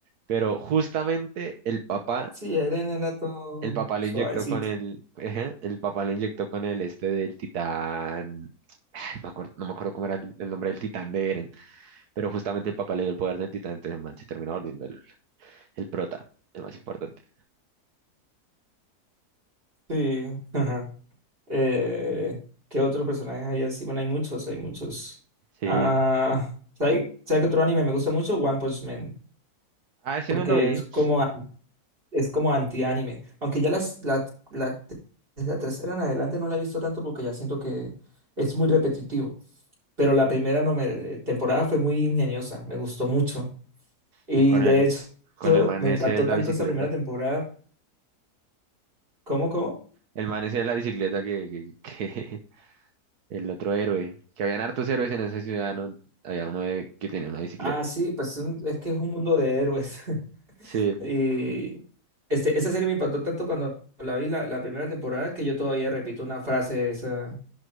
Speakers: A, on the right; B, on the right.
A: pero justamente el papá,
B: Sí, Eren era todo
A: el papá
B: suavecito.
A: lo inyectó con el, ajá, el papá lo inyectó con el este del titán, ay, me acuerdo- no me acuerdo cómo era el, el nombre del titán de Eren, pero justamente el papá le dio el poder del titán, entonces el man se termina volviendo el, el prota, el más importante.
B: Sí. <laughs> Eh, ¿qué otros personajes hay así? Bueno, hay muchos, hay muchos.
A: Sí,
B: Ah, ¿sabe, sabe qué otro anime me gusta mucho? One Punch Man,
A: ah, sí
B: porque
A: me lo vi,
B: es como, an- es como anti-anime. Aunque ya las, la, la, desde la tercera en adelante no la he visto tanto porque ya siento que es muy repetitivo. Pero la primera no me- eh, temporada fue muy ingeniosa, me gustó mucho. Y
A: y con
B: de
A: el,
B: hecho,
A: con el man
B: me
A: ese
B: impactó
A: de la
B: tanto
A: bicicleta,
B: esta primera temporada. ¿Cómo, cómo?
A: el man ese de la bicicleta que, que, que <laughs> el otro héroe, que habían hartos héroes en esa ciudad, ¿no? Había uno de- que tenía una bicicleta.
B: Ah, sí, pues es un- es que es un mundo de héroes. <laughs>
A: Sí,
B: Y este, esa serie me impactó tanto cuando la vi la, la primera temporada que yo todavía repito una frase de esa.